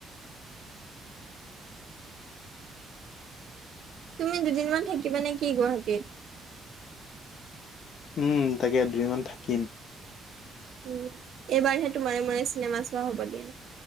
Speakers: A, on the right; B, on the left.
A: তুমি দুদিনমান থাকিবা নেকি গুৱাহাটীত?
B: উম তাকে দুদিনমান থাকিম।
A: উ এইবাৰহে তোমাৰে মূৰে চিনেমা চোৱা হ'ব দিয়া।